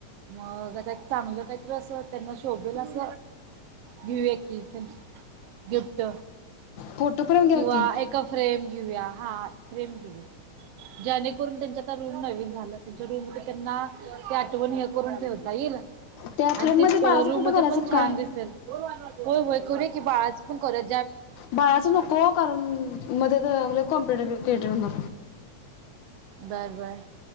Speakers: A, on the right (about 65°); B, on the left (about 80°).
A: मग आता चांगलं काहीतरी अस त्यांना शोभेल अस घेऊया की गिफ्ट.
B: फोटो फ्रेम घ्या
A: किंवा
B: की
A: एक फ्रेम घेऊया. हा फ्रेम केले ज्याणेकरून त्यांच्याता रूम नवीन झालं त्यांच्या रूम त्यांना ते आठवण हे करून ठेवता येईल.
B: त्या
A: आन
B: फ्रेममध्ये
A: तेद
B: बाळाचा
A: अ रूम
B: फोटो
A: मध्ये
B: घालायचा
A: पण
B: का
A: छान
B: काय
A: दिसेल. होय- होय करूया कि बाळाचं पण कोऱ्यात
B: बाळाच नको कारण मध्ये कॉम्प्युटर <unintelligible> केट हो
A: बर बर